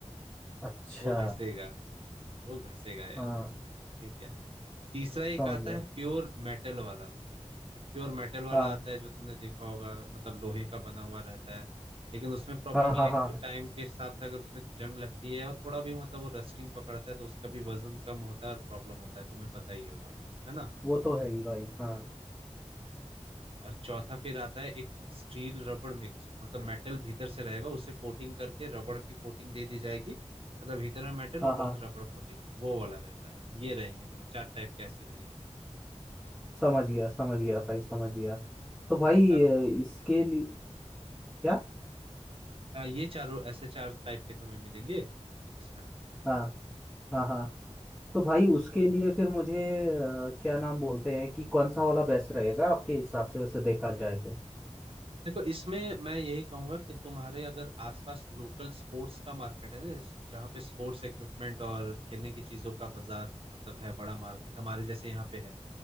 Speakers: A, in the centre; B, on the right (about 50°).
A: अच्छा
B: वो घसेगा वो घसेगा यार
A: हाँ
B: ठीक है तीसरा एक
A: समझ
B: आता
A: गया
B: है प्योर मेटल वाला एक प्योर मेटल वाला
A: हाँ
B: आता है जो तुमने देखा होगा मतलब लोहे का बना हुआ रहता है लेकिन उसमें प्रॉब्लम
A: हाँ
B: ये
A: हाँ
B: है
A: हाँ
B: कि वो टाइम के हिसाब से अगर उसमें जंग लगती है और थोड़ा भी मतलब वो रस्टिंग पकड़ता है तो उसका भी वजन कम होता है और प्रॉब्लम होता है तुम्हें पता ही होगा है ना
A: वो तो है ही भाई हाँ
B: और चौथा फिर आता है एक स्टील रबड़ मिक्स मतलब मेटल भीतर से रहेगा उसे कोटिंग करके रबड़ की कोटिंग दे दी जाएगी मतलब भीतर में मेटल
A: हाँ
B: ऊपर
A: हाँ
B: से रबड़ कोटिंग वो वाला रहता है ये रहेंगे तुम्हें चार टाइप के ऐसे मिलेंगे
A: समझ गया समझ गया भाई समझ गया तो भाई
B: ये चारों
A: अ,
B: मिलेंगे
A: इसके लिए क्या
B: हाँ ये चारों ऐसे चार टाइप के तुम्हें मिलेंगे इसमें
A: हाँ हाँ हाँ तो भाई उसके लिए फिर मुझे अ, क्या नाम बोलते हैं कि कौन सा वाला बेस्ट रहेगा आपके हिसाब से वैसे देखा जाए तो
B: देखो इसमें मैं यही कहूंगा कि तुम्हारे अगर आसपास लोकल स्पोर्ट्स का मार्केट है ना जहाँ पे स्पोर्ट्स इक्विपमेंट और खेलने की चीजों का बाजार मतलब है बड़ा मार्केट हमारे जैसे यहाँ पे है